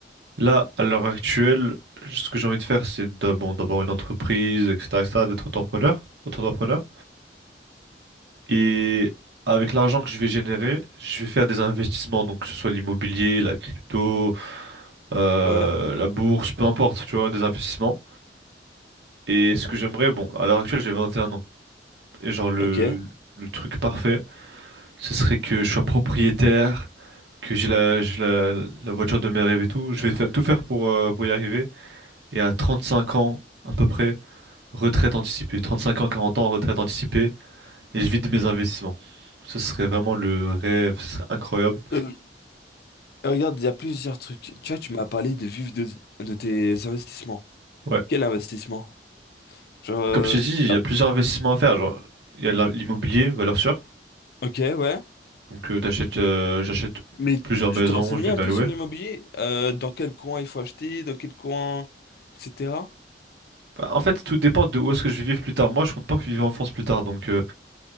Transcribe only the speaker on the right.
là, à l'heure actuelle, ce que j'ai envie de faire, c'est d'a- bon, d'avoir une entreprise, etc., etc., d'être entrepreneur, entrepreneur. Et avec l'argent que je vais générer, je vais faire des investissements, donc que ce soit l'immobilier, la crypto, euh,
la bourse, peu importe, tu vois, des investissements. Et ce que j'aimerais, bon, à l'heure actuelle, j'ai 21 ans. Et genre le,
le truc parfait. ce serait que je sois propriétaire, que j'ai la, j'ai la, la voiture de mes rêves et tout. Je vais faire, tout faire pour, euh, pour y arriver. Et à 35 ans, à peu près, retraite anticipée. trente cinq ans, 40 ans, retraite anticipée. Et je vis de mes investissements. Ce serait vraiment le rêve, ce serait incroyable.
Ouais.
Comme je t'ai dit, il
y a plusieurs investissements à faire. Genre, il y a l'im- l'immobilier, valeur sûre.
Donc, euh, t'achètes, euh, j'achète
plusieurs
maisons,
je les
mets
à louer.
Bah, en fait, tout dépend de où est-ce que je vais vivre plus tard. Moi, je compte pas que je vive en France plus tard. Donc, euh,